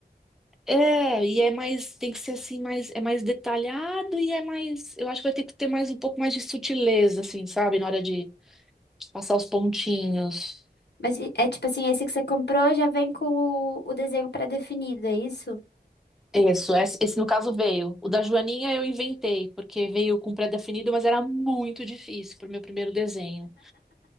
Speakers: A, in the centre; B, on the left.
A: É, e é mais, tem que ser assim, mais, é mais detalhado e é mais, eu acho que vai ter que ter mais um pouco mais de sutileza, assim, sabe, na hora de passar os pontinhos.
B: Mas e- é tipo assim, esse que você comprou já vem com o, o desenho pré-definido, é isso?
A: Isso, esse, esse no caso veio. O da Joaninha eu inventei, porque veio com pré-definido, mas era muito difícil para o meu primeiro desenho.